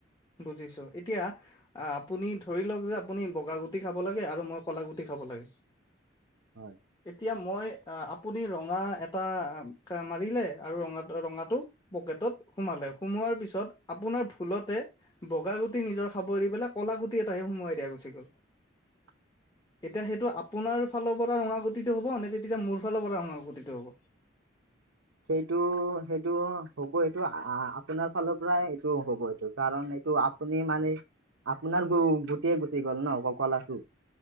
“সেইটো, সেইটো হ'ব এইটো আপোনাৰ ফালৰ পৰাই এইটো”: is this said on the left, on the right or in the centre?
Right